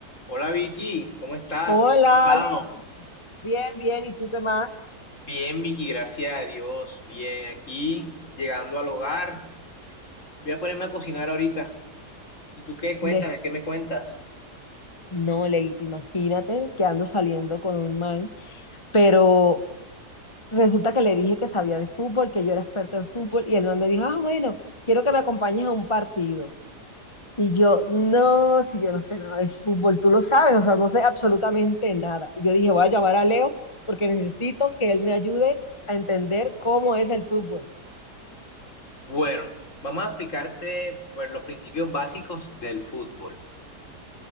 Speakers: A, on the left (about 45°); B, on the left (about 20°).
A: Hola Vicky, ¿cómo estás?
B: Hola,
A: ¿Cómo has pasado?
B: Leo. Bien, bien. ¿Y tú qué más?
A: Bien Vicky, gracias a Dios. Bien, aquí llegando al hogar. Voy a ponerme a cocinar ahorita. ¿Y tú qué? Cuéntame,
B: Le,
A: ¿qué me cuentas?
B: no, Leito, imagínate que ando saliendo con un man, pero resulta que le dije que sabía de fútbol, que yo era experta en fútbol, y el man me dijo, ah, bueno, quiero que me acompañes a un partido. Y yo, no, si yo no sé nada de fútbol, tú lo sabes, o sea, no sé absolutamente nada. Y yo dije, voy a llamar a Leo porque necesito que él me ayude a entender cómo es el fútbol.
A: Bueno, vamos a explicarte pues, los principios básicos del fútbol.